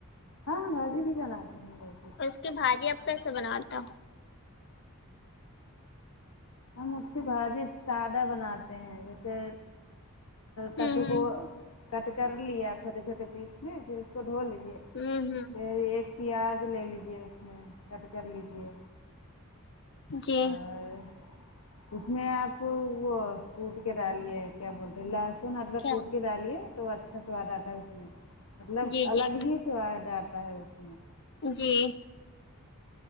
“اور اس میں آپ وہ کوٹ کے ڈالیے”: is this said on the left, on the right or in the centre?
Left